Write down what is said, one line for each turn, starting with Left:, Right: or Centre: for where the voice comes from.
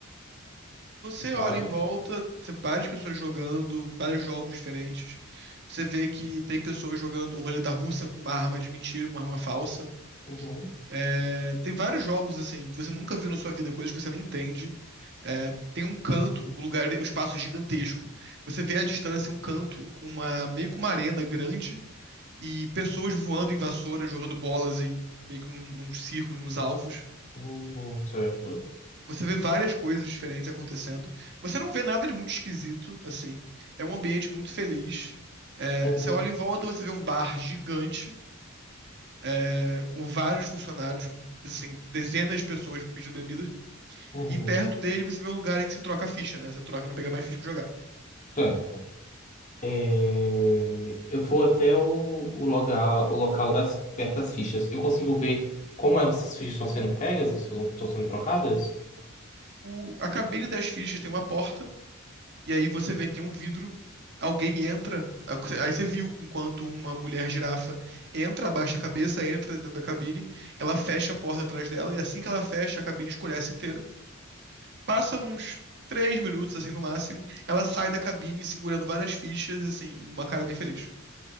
Right: Você olha
Left: sabe?
Right: em volta, tem várias pessoas jogando, vários jogos diferentes. Você vê que tem pessoas jogando roleta russa com uma arma de mentira, com uma arma falsa.
Left: Uhum,
Right: É, tem vários jogos assim que você nunca viu na sua vida, coisas que você nem entende. É, tem um canto, o lugar, o espaço é gigantesco. Você vê à distância um canto com uma meio que uma arena grande e pessoas voando em vassoura, jogando bolas em meio que num- nos círculos, nos alvos.
Left: uhum, certo.
Right: Você vê várias coisas diferentes acontecendo. Você não vê nada de muito esquisito, assim. É um ambiente muito feliz. É,
Left: Uhum,
Right: você olha em volta, você vê um bar gigante, é, com vários funcionários, assim, dezenas de pessoas pedindo bebidas.
Left: uhum,
Right: E perto dele você vê o lugar em que se troca a ficha, né? Você troca pra pegar mais ficha pra jogar.
Left: certo. É, eu vou até o, o local, o local das, perto das fichas. Eu consigo ver como essas fichas estão sendo pegas, estão sendo trocadas?
Right: O, a cabine das fichas tem uma porta E aí você vê que tem um vidro, alguém entra, aí você viu enquanto uma mulher girafa entra, abaixa a cabeça, entra dentro da cabine, ela fecha a porta atrás dela, e assim que ela fecha, a cabine escurece inteira. Passa uns três minutos, assim, no máximo, ela sai da cabine segurando várias fichas, assim, e uma cara bem feliz.